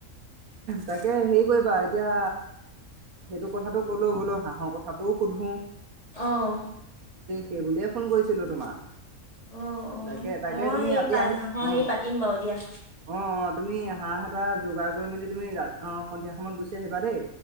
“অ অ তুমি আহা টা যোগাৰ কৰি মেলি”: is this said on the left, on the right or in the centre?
Right